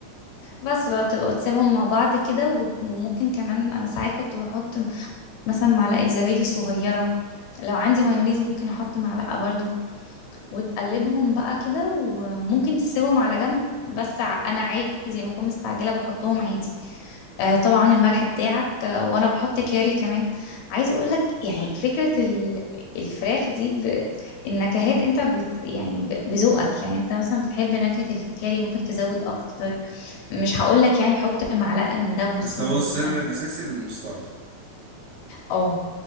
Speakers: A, on the left; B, on the right.
A: بس بقى تبقى تسيبهم مع بعض كده وت- وممكن كمان انا ساعات كنت بحط مثلا معلقة زبادي صغيرة لو عندي مايونيز ممكن احط معلقة برضو وتقلبهم بقى كده وممكن تسيبهم على جنب بس ع- انا عادي لما اكون مستعجله بحطهم عادي آه طبعا الملح بتاعك آه وانا بحط كاري كمان عايزه اقول لك يعني فكره ال- الفراخ دي ب... النكهات انت بت يعني ب... بذوقك يعني انت مثلا بتحب نكهه الكاري ممكن تزود اكتر مش هقول لك يعني حط معلقه من ده ونص
B: بس هو
A: من
B: السر
A: ده
B: الاساسي المستردة
A: اه